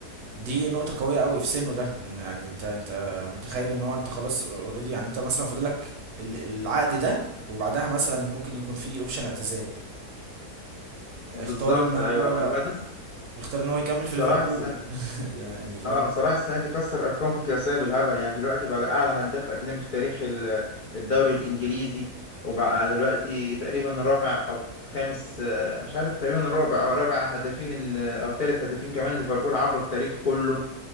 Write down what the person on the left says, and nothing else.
بالظبط
ايوه وبعدين
صلاح
السنه
اه صلاح السنه دي كسر ارقام قياسيه بالهبل يعني دلوقتي بقى اعلى هداف اجنبي في تاريخ ال- الدوري الانجليزي وبقى دلوقتي تقريبا رابع او خامس آه، مش عارف تقريبا رابع او رابع هدافين ال- او ثالث هدافين كمان ليفربول عبر التاريخ كله